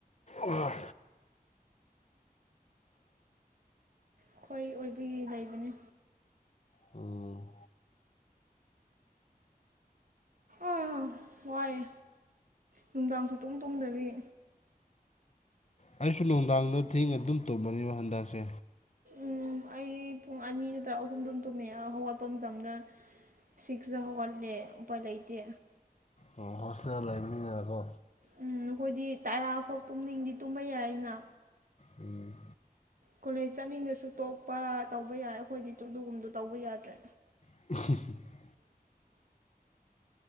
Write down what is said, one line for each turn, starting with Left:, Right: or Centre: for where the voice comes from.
Left: ꯑꯣ
Right: ꯑꯈꯣꯏ ꯑꯣꯏꯕꯒꯤ ꯂꯩꯕꯅꯦ
Left: ꯎꯝ
Right: ꯑꯥ ꯋꯥꯏꯌꯦ ꯅꯨꯡꯗꯥꯡ ꯁꯨꯛꯇꯨꯝ ꯇꯨꯝꯗꯕꯒꯤ
Left: ꯑꯩꯁꯨ ꯅꯨꯡꯗꯥꯡꯗꯨ ꯊꯦꯡꯅ ꯑꯗꯨꯝ ꯇꯨꯝꯕꯅꯦꯕ ꯍꯟꯗꯛꯁꯦ
Right: ꯎꯝ ꯑꯩ ꯄꯨꯡ ꯑꯅꯤ ꯅꯠꯇ꯭ꯔ ꯑꯍꯨꯝ ꯗꯨꯝ ꯇꯨꯝꯃꯦ ꯍꯧꯒꯠꯄ ꯃꯇꯝꯗ ꯁꯤꯛꯁꯇ ꯍꯧꯒꯠꯂꯦ ꯎꯄꯥꯏ ꯂꯩꯇꯦ
Left: ꯑꯣ ꯍꯣꯁꯇꯦꯜ ꯂꯩꯕꯅꯤꯅꯥꯀꯣ
Right: ꯎꯝ ꯅꯈꯣꯏꯗꯤ ꯇꯔꯥꯐꯥꯎ ꯇꯨꯝꯅꯤꯡꯗꯤ ꯇꯨꯝꯕ ꯌꯥꯏꯅ
Left: ꯎꯝ
Right: ꯀꯣꯂꯦꯖ ꯆꯠꯅꯤꯡꯗꯁꯨ ꯇꯣꯛꯄ ꯇꯧꯕ ꯌꯥꯏ ꯑꯩꯈꯣꯏꯗꯤ ꯇꯨꯗꯨꯒꯨꯝꯕꯗꯨ ꯇꯧꯕ ꯌꯥꯗ꯭ꯔꯦ
Left: <unintelligible>